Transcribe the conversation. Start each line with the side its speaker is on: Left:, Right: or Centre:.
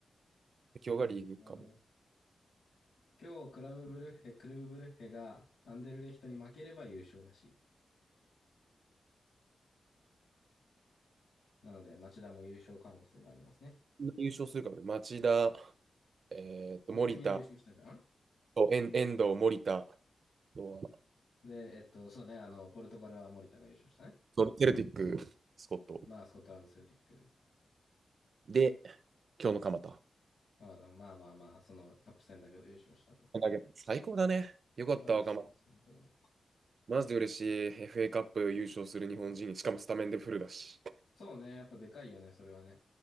Right: 今日がリーグかも。
Left: なるほど。今日、クラブブルッヘ、クルブブルッヘがアンデルレヒトに負ければ優勝らしい。なので、町田も優勝可能性がありますね。
Right: 優勝するかもね。町田、えーっと、森田、
Left: プレミア優勝したじゃん
Right: と遠遠藤、森田、あとは
Left: で、えっと、そうね、あの、ポルトガルは森田が優勝したね。
Right: そうセルティック、スコット。
Left: まあ、スコットランド、セルティックで。
Right: で、今日の蒲田。
Left: まあまあまあまあ、そのカップ戦だけど優勝したと。
Right: だ最高だね。よかった、
Left: 素晴らしいです、
Right: 若田
Left: 本当に。
Right: マジで嬉しい。FA カップ優勝する日本人。しかもスタメンでフルだし。
Left: そうね、やっぱでかいよね、それはね。